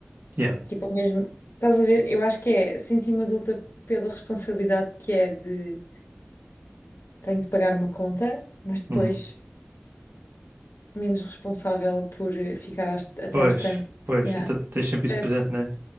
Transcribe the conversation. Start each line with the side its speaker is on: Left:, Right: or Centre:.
Right: yeah,
Left: Tipo, é mesmo, estás a ver? Eu acho que é, senti-me adulta pela responsabilidade que é de tenho de pagar uma conta, mas depois
Right: uhum.
Left: menos responsável por eh, ficar às- até
Right: Pois,
Left: às tantas.
Right: pois,
Left: Yeah.
Right: então tens sempre
Left: Percebe?
Right: isso presente, né?